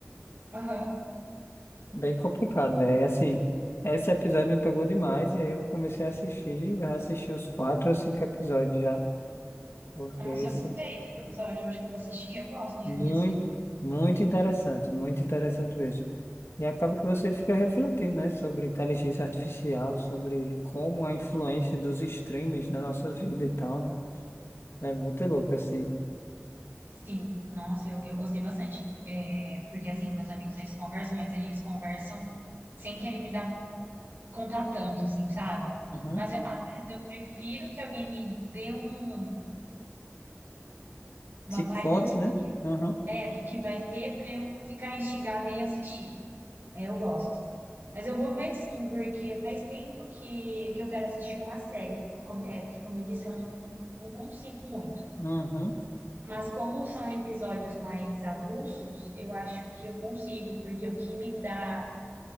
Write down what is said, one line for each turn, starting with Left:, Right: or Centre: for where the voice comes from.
Right: Aham.
Left: Bem complicado, velho. Assim, esse episódio me pegou demais e aí eu comecei a assistir, já assisti uns quatro ou cinco episódios já. Porque
Right: Nossa,
Left: esse
Right: eu gostei desse episódio. Eu acho que eu vou assistir. Eu gosto de
Left: muito,
Right: filme assim.
Left: muito interessante, muito interessante mesmo. E acaba que você fica refletindo, né, sobre inteligência artificial, sobre como a influência dos streams na nossa vida e tal, né? É muito louco assim.
Right: Sim, nossa, eu, eu gostei bastante. É, porque, assim, meus amigos, eles conversam, mas aí eles conversam sem querer me dar, contar tanto, assim, sabe?
Left: Uhum.
Right: Mas, eu- às vezes, eu prefiro que alguém me dê um, uma
Left: Te
Right: palhinha,
Left: conte, né? Uhum.
Right: né, do que vai ter para eu ficar instigada e assistir. Aí eu gosto. Mas eu vou ver, sim, porque faz tempo que, que eu quero assistir uma série. Como- É, porque, como eu disse, eu não, não consigo muito.
Left: Uhum.
Right: Mas como são episódios mais avulsos, eu acho que eu consigo, porque o que me dá,